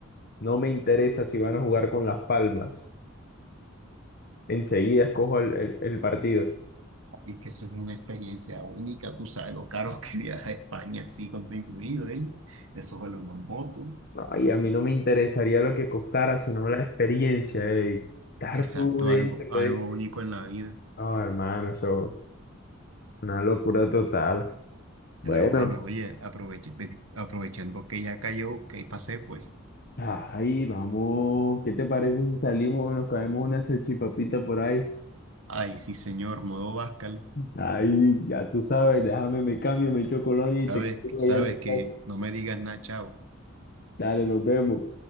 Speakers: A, on the left; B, on the right.
A: no me interesa si van a jugar con Las Palmas. Enseguida escojo el el- el partido.
B: Y que eso es una experiencia única, tú sabes lo caro que <laughs> viaja a España así con todo incluido, ¿eh? Eso vale una moto.
A: No, y a mí no me interesaría lo que costara, sino la experiencia de estar
B: Exacto,
A: tú dentro
B: algo, algo
A: de este.
B: único en la vida.
A: No, hermano, eso una locura total. Bueno,
B: Pero bueno, oye, aproveche- aprovechando que ya cayó, que ahí pasé, pues.
A: ay, vamos. ¿Qué te parece si salimos y nos caemos una salchipapita por ahí?
B: Ay, sí, señor, modo Bascal.
A: Ay, ya tú sabes, déjame, me cambio, me echo colonia
B: Sabes,
A: y te quedo
B: sabes
A: allá en tu
B: que
A: casa.
B: no me digas nada, chao.
A: Dale, nos vemos.